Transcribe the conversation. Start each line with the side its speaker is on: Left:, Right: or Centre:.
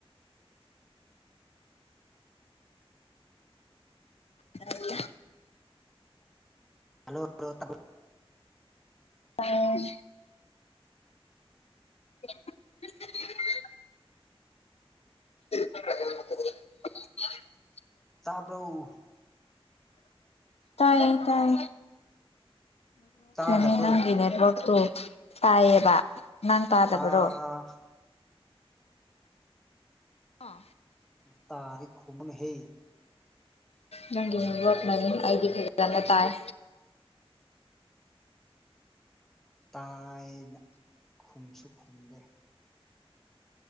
Left: ꯑ
Centre: ꯍꯜꯂꯣ ꯍꯂ
Left: ꯇꯥꯏ <inaudible> <inaudible>
Centre: ꯇꯥꯕ꯭ꯔꯎ
Left: ꯇꯥꯏꯌꯦ ꯇꯥꯏ
Centre: ꯇꯥꯗꯕ꯭ꯔꯣ
Left: ꯅꯦ ꯅꯪ ꯅꯦꯠꯋꯛ ꯇ ꯇꯥꯏꯌꯦꯕ
Centre: ꯑꯦ
Left: ꯅꯪ ꯇꯥꯗꯕꯔꯣ
Centre: ꯇꯥ
Left: ꯑꯥ
Centre: ꯇꯥꯔꯈꯃꯅ ꯍꯦ
Left: ꯅꯪꯒꯤ ꯃꯤꯕꯅꯃꯤ ꯑꯩꯗꯤ ꯐꯖꯅ ꯇꯥꯏ
Centre: ꯇꯥꯏꯅ ꯈꯨꯝꯁꯨ ꯈꯨꯝꯗꯦ